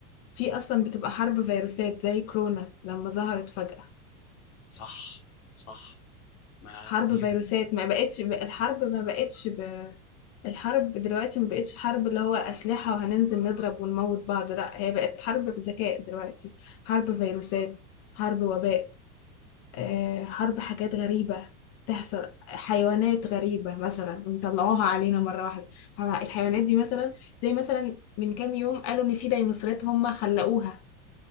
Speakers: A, on the left; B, on the left.
A: في أصلًا بتبقى حرب فيروسات زي كورونا لمّا ظهرت فجأة،
B: صح صح ما
A: حرب
B: دي
A: فيروسات
B: ده.
A: ما بقتش ب الحرب ما بقتش ب الحرب دلوقتي ما بقتش حرب اللي هو أسلحة وهننزل نضرب ونموّت بعض، لأ هي بقت حرب بذكاء دلوقتي، حرب فيروسات، حرب وباء، آآ حرب حاجات غريبة تحصل، حيوانات غريبة مثلًا بيطلعوها علينا مرة واحدة، ه الحيوانات دي مثلًا زي مثلًا من كام يوم قالوا إن في ديناصورات هُم خلّقوها.